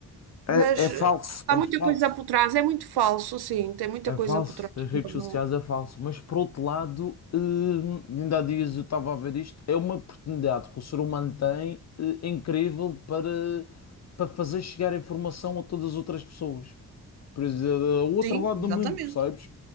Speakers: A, on the left; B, on the right.
A: é,
B: mas
A: é falso,
B: eh, há
A: é
B: muita
A: falso.
B: coisa por trás, é muito falso, sim, tem muita
A: É
B: coisa
A: falso,
B: por trás.
A: as redes
B: Não, não-
A: sociais é falso, mas por outro lado, hum, ainda há dias eu estava a ver isto, é uma oportunidade que o ser humano tem, eh, incrível para, para fazer chegar a informação a todas as outras pessoas. Por exemplo, ao outro
B: Sim,
A: lado
B: exatamente.
A: do mundo, percebes?